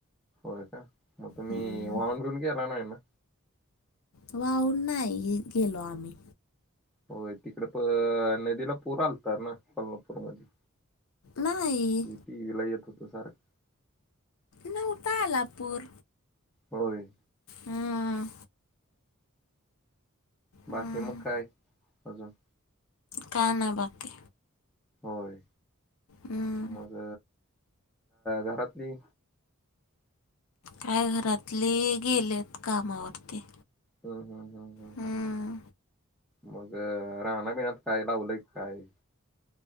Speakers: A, in the centre; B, on the left (about 75°).
A: होय का मग तुम्ही
B: हम्म.
A: वाहून बिऊन गेला नाही ना
B: वाहून नाही गेलो आम्ही,
A: होय तिकडे प नदीला पूर आलतात ना कोल्हापूरमध्ये
B: नाही.
A: टी व्ही ला येत होतं सारखं
B: नव्हता आला पूर.
A: होय.
B: हम्
A: बाकी
B: हम्म.
A: मग काय अजून
B: काय नाही बाकी
A: होय
B: हम्म.
A: मग घरातली
B: काय घरातले गेलेत कामावरती
A: हम्म हम्म हम् हम्
B: हम्म.
A: हम् मग रानाबिनात काय लावलंय काय.